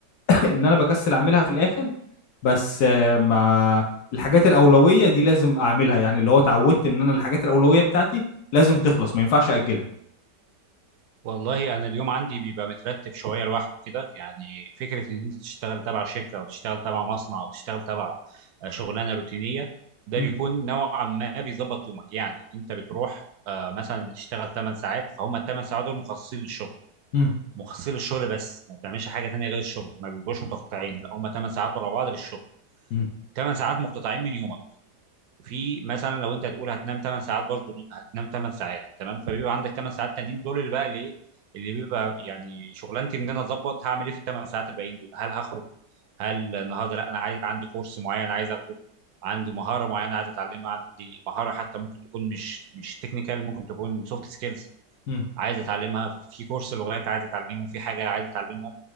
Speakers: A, on the left; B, on the right.
A: <laughs> ان انا بكسل اعملها في الاخر بس آه، ما الحاجات الأولوية دي لازم أعملها يعني اللي هو اتعودت إن أنا الحاجات الأولوية بتاعتي لازم تخلص ما ينفعش أجلها
B: والله انا اليوم عندي بيبقى مترتب شويه لوحده كده يعني فكره ان انت تشتغل تبع شركه او تشتغل تبع مصنع او تشتغل تبع آه، شغلانه روتينيه ده
A: مم.
B: بيكون نوعا ما بيظبط يومك يعني انت بتروح آه، مثلا بتشتغل 8 ساعات فهم ال 8 ساعات دول مخصصين للشغل
A: مم.
B: مخصصين للشغل بس ما بتعملش حاجه تانيه غير الشغل ما بيبقوش متقطعين لا هم 8 ساعات ورا بعض للشغل
A: مم.
B: 8 ساعات مقتطعين من يومك وفي مثلا لو انت هتقول هتنام 8 ساعات برضه هتنام 8 ساعات تمام فبيبقى عندك 8 ساعات تانيين دول اللي بقى الايه اللي بيبقى يعني شغلانتي ان انا اظبط هعمل ايه في الثمان ساعات الباقيين دول هل هخرج هل النهارده لا انا عايز عندي كورس معين عايز اخده عندي مهاره معينه عايز اتعلمها عندي مهاره حتى ممكن تكون مش مش تكنيكال ممكن تكون سوفت سكيلز
A: مم.
B: عايز اتعلمها في في كورس لغات عايز اتعلمه في حاجه عايز اتعلمها